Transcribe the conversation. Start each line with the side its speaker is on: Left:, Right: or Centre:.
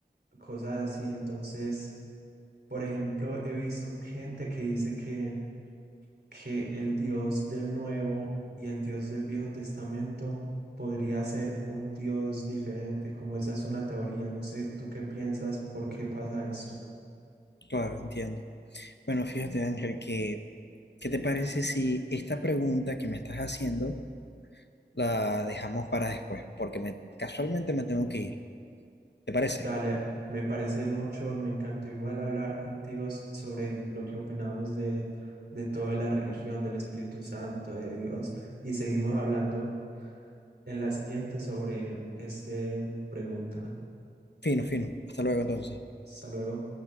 Right: cosas así. Entonces, por ejemplo, he visto gente que dice que, que el Dios del Nuevo y el Dios del Viejo Testamento podría ser un Dios diferente, como esa es una teoría. No sé, ¿tú qué piensas? ¿Por qué pasa esto?
Left: Claro, entiendo. Bueno, fíjate, Ángel, que, ¿qué te parece si esta pregunta que me estás haciendo la dejamos para después? Porque me, casualmente me tengo que ir. ¿Te parece?
Right: Dale, me parece mucho, me encantó igual hablar contigo s- sobre lo que opinamos de, de toda la religión, del Espíritu Santo, de Dios, y seguimos hablando en la siguiente sobre esta pregunta.
Left: Fino, fino. Hasta luego entonces.
Right: Hasta luego.